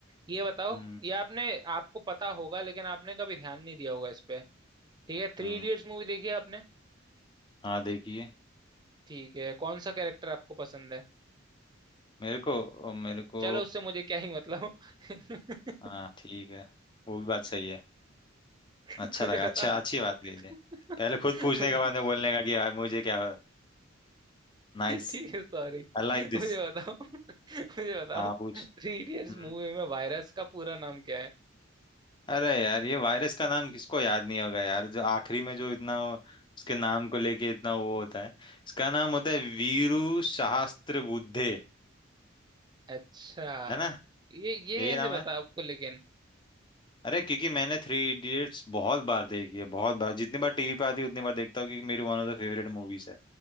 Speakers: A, on the right (about 20°); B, on the left (about 25°).
A: ये बताओ
B: हम्म
A: ये आपने आपको पता होगा लेकिन आपने कभी ध्यान नहीं दिया होगा इस पे ठीक है थ्री
B: हम्म
A: इडियट्स मूवी देखी है आपने
B: हाँ देखिए
A: ठीक है कौन सा कैरेक्टर आपको पसंद है
B: मेरे को मेरे को
A: चलो उससे मुझे क्या ही मतलब <laughs>
B: हाँ ठीक है वो भी बात सही है अच्छा
A: मुझे
B: लगा
A: बताओ
B: अच्छा अच्छी बात कही
A: <laughs>
B: है पहले खुद पूछने
A: मुझे-
B: के बाद में बोलने का कि यार मुझे क्या नाइस
A: ठीक है सॉरी
B: I like this
A: मुझे बताओ <laughs> मुझे बताओ
B: हाँ पूछ
A: थ्री इडियट्स
B: हम्म
A: मूवी में वायरस का पूरा नाम क्या है
B: अरे यार ये वायरस का नाम किसको याद नहीं होगा यार जो आखिरी में जो इतना उसके नाम को लेके इतना वो होता है इसका नाम होता है वीरू सहस्त्र बुद्धे
A: अच्छा
B: है ना
A: ये ये
B: यही
A: कैसे
B: नाम है
A: पता आपको लेकिन
B: अरे क्योंकि मैंने थ्री इडियट्स बहुत बार देखी है बहुत बार जितनी बार टीवी पे आती है उतनी बार देखता हूँ क्योंकि मेरी one of the favourite movies है